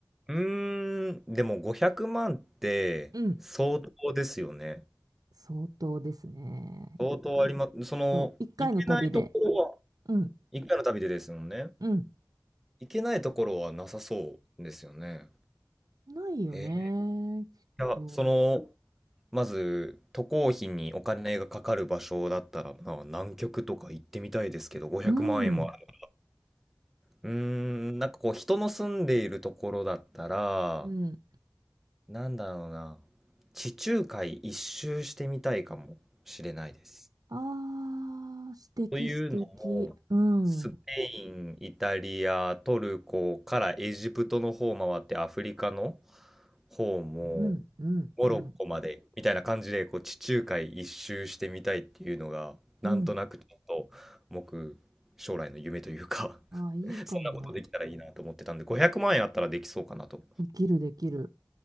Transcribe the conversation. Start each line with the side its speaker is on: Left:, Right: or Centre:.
Centre: うーん、でも500万って相当ですよね。
Right: うん。相当ですね。
Centre: 相当ありま、す。その、
Right: そう、一回の旅で。
Centre: 行けないところは、
Right: うん、
Centre: 1回の旅でですもんね。
Right: うん。
Centre: 行けないところはなさそうですよね。
Right: ないよね、
Centre: えー、い
Right: きっと。
Centre: や、その、まず、渡航費にお金がかかる場所だったら、まあ南極とか行ってみたいですけど、500万円もある。
Right: うん、
Centre: うーん、なんかこう、人の住んでいるところだったら、
Right: うん。
Centre: なんだろうな。地中海一周してみたいかもしれないです。
Right: あー、素敵、
Centre: というのも、
Right: 素敵。うん、
Centre: スペイン、
Right: う
Centre: イタリア、トルコからエジプトの方を回ってアフリカの方も
Right: ん、うん、
Centre: モロッコまでみたいな感じでこう地中海一周してみたいっていうのがなんとなくちょっと僕将来の夢というか
Right: うん。うんああ、
Centre: <laughs>
Right: いいかも。
Centre: そんなことできたらいいなと思ってたんで500万円あったらできそうかなと
Right: できる、できる。